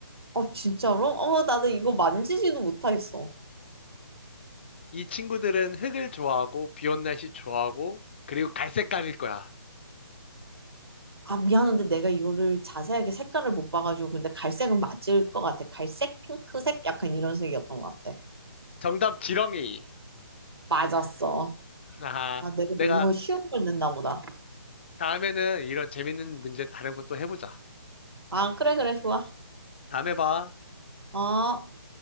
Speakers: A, on the right (about 80°); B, on the left (about 30°).
A: 아, 진짜로? 어, 나는 이거 만지지도 못하겠어.
B: 이 친구들은 흙을 좋아하고 비온 날씨 좋아하고 그리고 갈색깔일 거야.
A: 아, 미안한데 내가 이거를 자세하게 색깔을 못 봐가지고. 근데 갈색은 맞을 것 같아. 갈색, 핑크색? 약간 이런 색이었던 것 같아.
B: 정답 지렁이.
A: 맞았어.
B: 아하.
A: 아, 내가 너무
B: 내가
A: 쉬운 걸 냈나 보다.
B: 다음에는 이런 재밌는 문제 다른 것도 해보자.
A: 아, 그래, 그래, 좋아.
B: 다음에 봐.
A: 어.